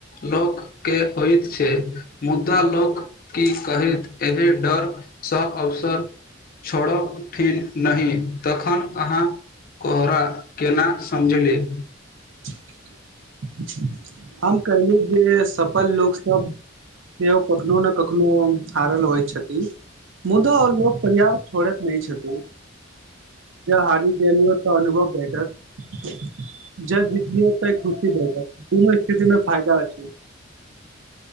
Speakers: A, on the left; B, on the right.
A: लोककेँ होइत छै मुदा लोक की कहैत एहि डरसँ अवसर छोड़ब ठीक नही तखन अहाँ कोहरा कोना समझेलीयै
B: <inaudible> हम कहलियै जे सफल लोक सभ सेहो कखनो न कखनो हारल होइत छथिन मुदा आओ लोक प्रयास छोड़ैत नहि छथिन जँ हारि गेलियै तऽ अनुभव भेटत जँ भेटत तीनो एके चीजमे फायदा अछि <unintelligible>